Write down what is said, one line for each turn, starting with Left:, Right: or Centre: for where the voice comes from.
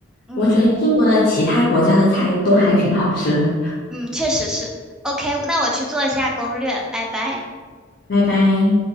Centre: 嗯
Left: 我觉得英国的其他国家的菜都还挺好吃的。
Centre: 嗯，确实是。OK，那我去做一下攻略，拜拜。
Left: 拜拜。